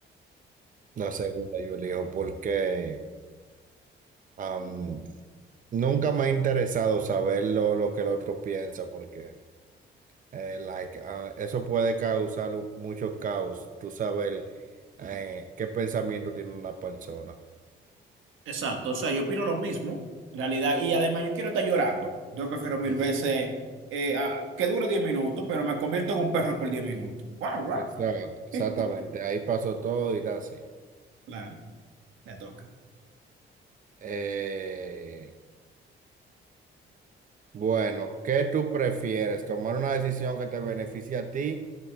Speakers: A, on the right; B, on the right.
A: La segunda yo elijo porque am, nunca me ha interesado saber lo, lo que el otro piensa, porque eh, like, ah, eso puede causar u- mucho caos, tú saber eh, qué pensamiento tiene una persona.
B: Exacto, o sea, yo opino lo mismo, en realidad, y además yo quiero estar llorando. Yo prefiero mil
A: Es-
B: veces eh, a- que dure 10 minutos, pero me convierto en un perro por 10 minutos. Guau, guau,
A: Exacto,
B: guau.
A: exactamente,
B: <laughs>
A: ahí pasó todo y da así.
B: Claro, te toca.
A: Eh, bueno, ¿qué tú prefieres? ¿Tomar una decisión que te beneficie a ti,